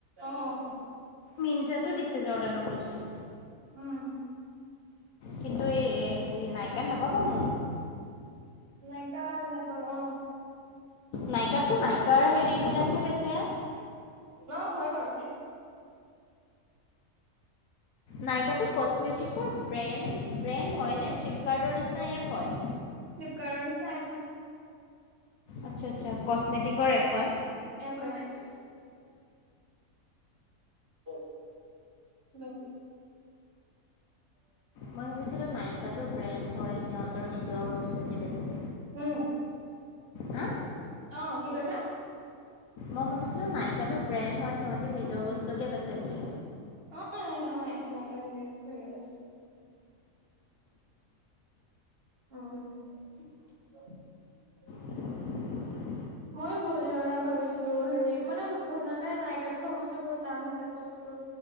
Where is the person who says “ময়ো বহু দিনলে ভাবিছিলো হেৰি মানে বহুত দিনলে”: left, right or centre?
Right